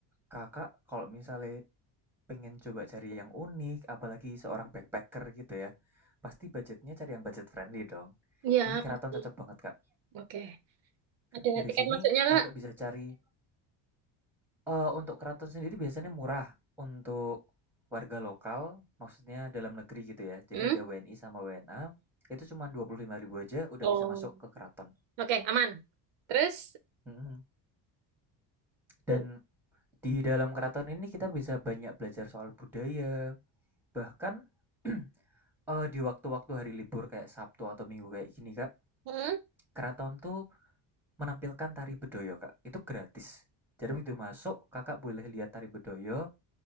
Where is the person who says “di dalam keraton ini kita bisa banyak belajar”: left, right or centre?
Centre